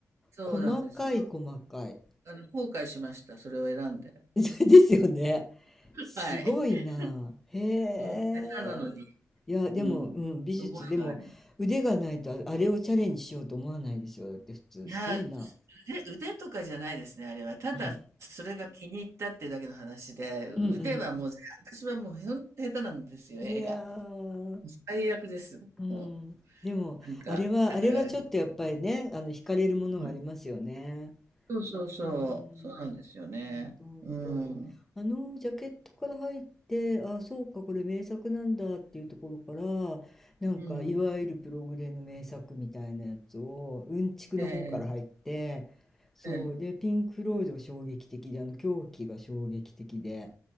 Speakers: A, on the right; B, in the centre.
A: そうなんですよ。
B: 細かい、細かい。
A: あの、後悔しました。それを選んで。
B: <laughs> ですよね。すごいな。
A: <laughs> はい。
B: へえ。
A: もう、下手なのに。
B: いや、でも、
A: うん。
B: うん、美術、
A: 覚えがある。
B: でも、腕がないと、ああれをチャレンジしようと思わないですよ。だって、普通、
A: いや、
B: すごいな。
A: 腕、腕とかじゃないですね、あれは。ただ、
B: うん。
A: それが気に入ったっていうだけの話で、腕はもう、
B: うんうん
A: 私はもう、ほんと下手なんですよ、絵が。
B: いやー、
A: 最悪です。
B: うん、
A: も
B: でもあれはあれはちょっとやっぱりねあの惹かれるものがありますよね。
A: う、なんか、だからあれ、うん、そうそうそう、
B: うんほんとほんと。
A: そうなんですよね。うん、
B: であのジャケットから入ってあそうかこれ名作なんだっていうところからなんかいわゆるプログレの名作みたいなやつをうんちくの方から入ってそうでピンク・
A: うん、ええ、ええ、
B: フロイドが衝撃的であの狂気が衝撃的で